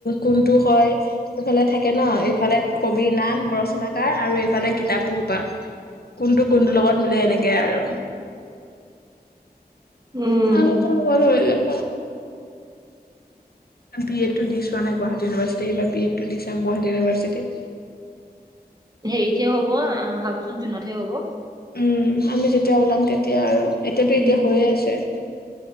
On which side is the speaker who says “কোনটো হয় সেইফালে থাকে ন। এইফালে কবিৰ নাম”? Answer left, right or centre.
Left